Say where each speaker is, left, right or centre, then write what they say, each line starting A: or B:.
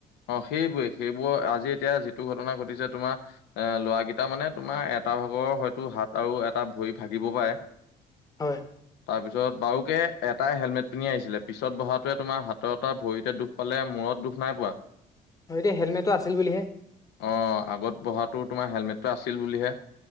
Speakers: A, on the left (about 80°); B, on the left (about 20°).
A: অ' সেইবোৰে সেইবোৰ আজি এতিয়া যিটো ঘটনা ঘটিছে তোমাৰ এ ল'ৰাকেইটা মানে তোমাৰ এটা ভাগৰ হয়তো হাত আৰু এটা ভৰি ভাগিব পাৰে।
B: হয়।
A: তাৰপিছত বাৰুকে এটাই হেলমেট পিন্ধি আহিছিলে পিছত বহাটোৱে তোমাৰ হাতৰ এটা ভৰিতে দুখ পালে মূৰত দুখ নাই পোৱা।
B: অ' এতিয়া হেলমেটটো আছিল বুলিহে।
A: অ' আগত বহাতো তোমাৰ হেলমেটটো আছিল বুলিহে।